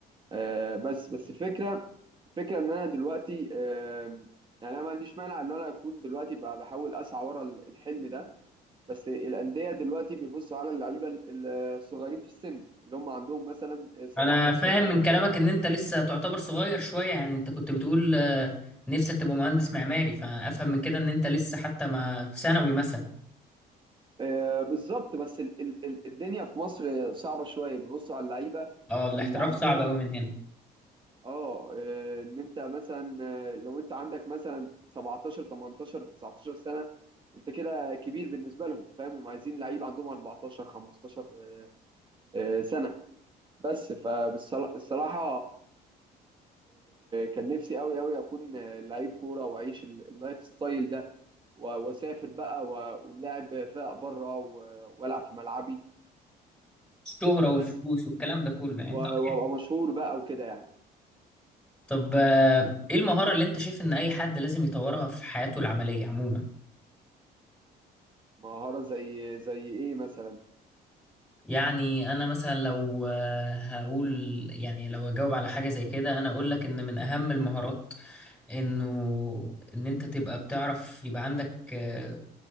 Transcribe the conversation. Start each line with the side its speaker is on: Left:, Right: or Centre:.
Right: أه بس بس الفكره الفكره ان انا دلوقتي أه يعني انا ما عنديش مانع ان انا اكون دلوقتي بقى بحاول اسعى ورا ال- الحلم ده بس الانديه دلوقتي بيبصوا على اللعيبه ال- الصغيرين في السن اللي هم عندهم مثلا 17
Centre: انا فاهم
Right: 16
Centre: من كلامك ان انت لسه تعتبر صغير شوية يعني انت كنت بتقول آه، نفسك تبقى مهندس معماري فافهم من كده ان انت لسه حتى ما في ثانوي مثلا
Right: آه، بالظبط بس ال ال ال الدنيا في مصر صعبة شوية بيبصوا على اللعيبة
Centre: اه الاحتراف
Right: اللي عندهم
Centre: صعب قوي من هنا
Right: اه آه، ان انت مثلا آه، لو انت عندك مثلا 17 18 19 سنة انت كده كبير بالنسبة لهم فاهم هم عايزين لعيبة عندهم 14 15 آه، آه، سنة بس فبالصراحة كان نفسي قوي قوي اكون آه، لعيب كورة واعيش ال- اللايف ستايل ده و- واسافر بقى و- ونلعب فرق بره و- والعب في ملعبي
Centre: الشهرة والفلوس
Right: بس
Centre: والكلام ده كله يعني
Right: و-
Centre: طبيعي
Right: وابقى مشهور بقى وكده يعني
Centre: طب آه، ايه المهارة اللي انت شايف ان اي حد لازم يطورها في حياته العملية عموما
Right: مهارة زي زي ايه مثلا
Centre: يعني انا مثلا لو آه، هقول يعني لو اجاوب على حاجه زي كده انا اقول لك ان من اهم المهارات انه ان انت تبقى بتعرف يبقى عندك آه،